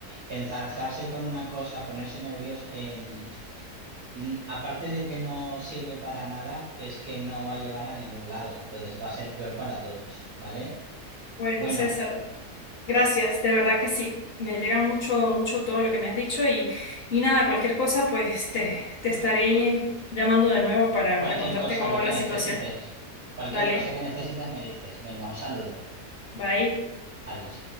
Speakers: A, on the right; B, on the left.
A: Enzarzarse con una cosa, ponerse nervioso, eh, mm, aparte de que no sirve para nada, es que no va a llevar a ningún lado. Entonces va a ser peor para todos, ¿vale?
B: Bueno,
A: Bueno,
B: César, gracias, de verdad que sí. Me llega mucho, mucho todo lo que me has dicho y, y nada, cualquier cosa, pues te, te estaré llamando de nuevo para,
A: cualquier
B: para contarte
A: cosa,
B: cómo
A: lo
B: va
A: que
B: la
A: necesites,
B: situación.
A: cualquier
B: Dale,
A: cosa que necesitas me dices. Venga, un saludo.
B: bye.
A: Adiós.